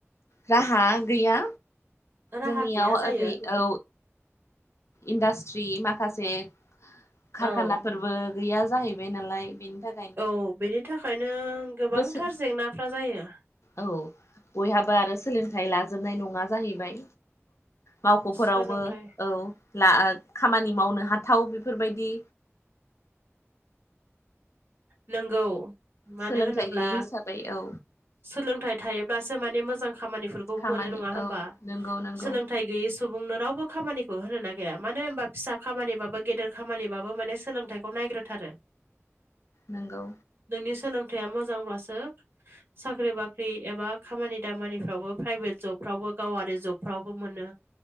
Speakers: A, on the left (about 70°); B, on the right (about 45°).
A: राहा गैया
B: राहा
A: जोंनियाव
B: गैया
A: ओरै
B: जायो
A: औ इन्डास्ट्रि माखासे खारखानाफोरबो
B: औ
A: गैया जाहैबाय नालाय बेनि थाखाय
B: औ बेनि थाखायनो गोबांथार
A: सो
B: जेंनाफ्रा जायो
A: औ बयहाबो आरो सोलोंथाइ लाजोबनाय नङा जाहैबाय मावख'फोरावबो
B: सोलोंथाइ
A: औ खामानि मावनो हाथाव बेफोरबायदि
B: नोंगौ मानो
A: सोलोंथाइ
B: होनोब्ला
A: गैयि हिसाबै औ
B: सोलोंथाइ थायोब्लासो माने मोजां खामानिफोरखौ
A: खामानि
B: मोनो नङा होमबा
A: औ नंगौ नंगौ
B: सोलोंथाइ गैयि सुबुंनो रावबो खामानिखौ होनो नागिरा मानो होनबा फिसा खामानिबाबो गेदेर खामानिबाबो माने सोलोंथाइ खौ नायग्रोाथारो
A: नोंगौ
B: नोंनि सोलोंथाया मोजांब्लासो साख्रि बाख्रि एबा खामानि दामानिफ्रावबो प्राइभेट जबफ्रावबो गावारि जबफ्रावबो मोनो